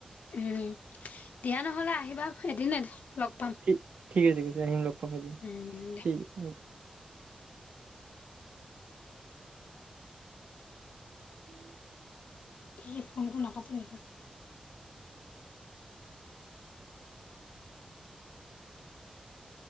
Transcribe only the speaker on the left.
উম, দিয়া নহলে আহিবা এদিন লগ পাম।
উম দে
এই ফোনটো নাকাটে নেকি?